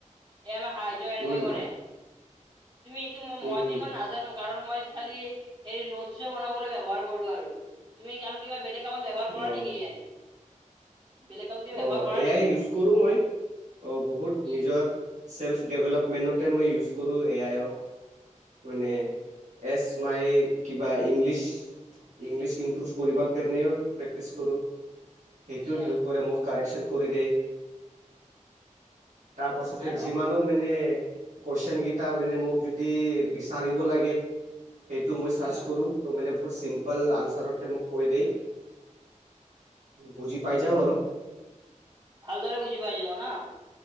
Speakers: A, on the right; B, on the right.
A: এ আমাৰ সাহাৰ্য এনেকৈ
B: উম
A: কৰে তুমি এইটো মই
B: উম
A: মইতো ইমান নাজানো। কাৰণ মই খালি হে নোটছ বনাবলৈ ব্যৱহাৰ কৰো আৰু। তুমি আৰু কিবা বেলেগ কামত ব্যৱহাৰ
B: উম
A: কৰা
B: অ
A: নেকি এ আই? বেলেগ কামত কিবা
B: অ
A: ব্যৱহাৰ কৰা
B: এ
A: নেকি
B: আই ইউজ কৰো মই, অ বহুত
A: কি
B: নিজৰ চেল্ফ ডেভেলপমেণ্টতে মই ইউজ কৰোঁ এ আই অক । মানে এছ মাই কিবা ইংলিছ । ইংলিছ ইমপ্ৰুভ কৰিব কাৰণেও প্ৰেক্টিচ কৰো,
A: আচ্ছা
B: সেইটো হেল্প কৰে মোক । কাৰেকচন কৰি দেই । তাৰপাছতে
A: আৰু
B: যিমানো মানে কুৱেশন কেইটা মানে মোক যদি বিচাৰিব লাগে, সেইটো মই চাৰ্চ
A: উম
B: কৰোঁ তো মানে বহুত চিম্পল আনচাৰতে মোক কৈ দেই । বুজি পাই যাও আৰু ।
A: ভালদৰে বুজি পাই যোৱা ন?